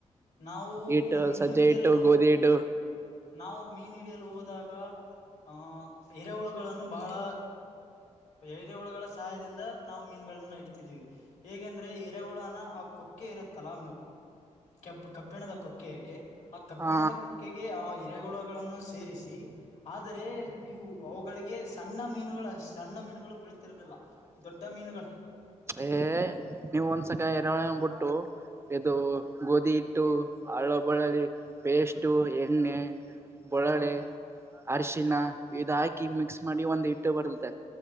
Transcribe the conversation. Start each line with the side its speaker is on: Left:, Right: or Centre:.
Left: ನಾವು
Right: ಹಿಟ್ಟು
Left: ಮೀನು
Right: ಸಜ್ಜೆ
Left: ಹಿಡಿಯಲು
Right: ಹಿಟ್ಟು, ಗೋಧಿ ಹಿಟ್ಟು
Left: ನಾವು ಮೀನ್ ಹಿಡಿಯಲು ಹೋದಾಗ ಆಹಾ, ಎರೆಹುಳುಗಳನ್ನು ಬಹಳ- ಎರೆ ಹುಳಗಳ ಸಹಾಯದಿಂದ ನಾವು ಮೀನ್ಗಳನ್ನ ಹಿಡ್ತಿದೀವಿ. ಹೇಗೆಂದ್ರೆ ಎರೆಹುಳನ ಆ ಕೊಕ್ಕೆ ಇರುತ್ತಲ್ಲ ಕಬ್ ಕಬ್ಬಿಣದ ಕೊಕ್ಕೆಗೆ, ಆ ಕಬ್ಬಿಣದ
Right: ಹಾ
Left: ಕೊಕ್ಕೆಗೆ ಆ ಎರೆಹುಳ ಗಳನ್ನು ಸೇರಿಸಿ ಆದರೆ ಇವು ಅವುಗಳಿಗೆ ಸಣ್ಣ ಮೀನು ಸಣ್ಣ ಮೀನುಗಳು ಬೀಳತಿರದಿಲ್ಲ ದೊಡ್ಡ ಮೀನುಗಳು
Right: ಏಯ್ ನೀವುಒಂದ್ಸತೆ ಎರೆಹುಳ ಬಿಟ್ಟು ಇದು ಗೋಧಿ ಹಿಟ್ಟು, ಅಲ್ಲಾ ಬಳ್ಳಳ್ಳಿ ಪೇಸ್ಟ್ ಎಣ್ಣೆ ಬಳ್ಳಳ್ಳಿ,
Left: ಹಾ
Right: ಅರಶಿಣ ಇದ ಹಾಕಿ ಮಿಕ್ಸ್ ಮಾಡಿ ಒಂದ್ ಹಿಟ್ಟು <unintelligible> ಬರುತ್ತೆ